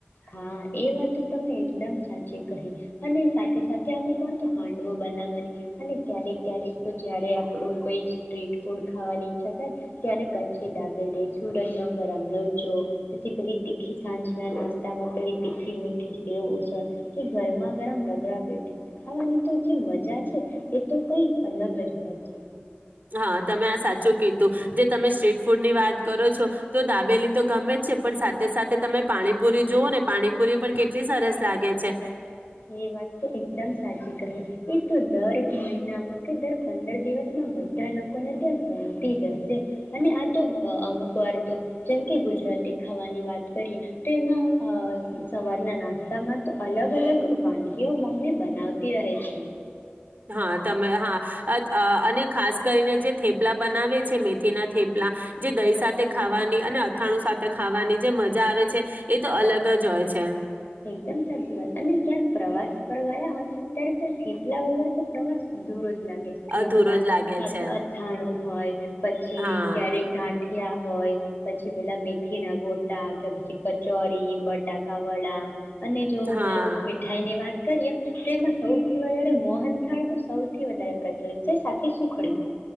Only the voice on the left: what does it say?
હા એ વાત તમે એકદમ સાચી કહી અને સાથે સાથે અમુક વાર તો હાંડવો બનાવવાની અને ક્યારેક ક્યારેક તો જયારે આપણું કોઈ સ્ટ્રીટ ફૂડ ખાવાની ઈચ્છા થાય ત્યારે કચ્છી દાબેલી સુરજનો ગરમ લોચો પછી પેલી તીખી સાંજના નાસ્તા <inaudible> પેલી તીખી મીઠી સેવ ઉસળ કે ગરમા ગરમ રગડા પેટીસ ખાવાની તો જે મજા છે. એ તો કઈક અલગ જ હોય છે.
એ વાત તો એકદમ સાચી કહી. એ તો દર મહિનામાં કે દર પંદર દિવસમાં બધા લોકોને ત્યાં બનતી જશે, અને આ તો અમુક વાર તો જેમ કે ગુજરાતી ખાવાની વાત કરીએ, તો એમાં સવારના નાસ્તામાં તો અલગ અલગ વાનગીઓ મમ્મી બનાવતી રહે છે.
એકદમ સાચી વાત અને ક્યાંક પ્રવાસ પર ગયા હોય, ત્યારે તો થેપલા વગર તો પ્રવાસ અધુરો લાગે થેપલા
સાથે
અછાણું હોય પછી
ત્યારે ગાંઠ ઠીયા હોય પછી પેલા મેથી ના ગોટા આ કે પછી ચોરી બટાકાા વડા અને જો
પેલું મીઠાઈ ની વાત કરીએ તો એમાં સૌથી વધારે મોહન થાળ તો સૌથી વધારે પ્રચલિત છે, સાથે સુખડી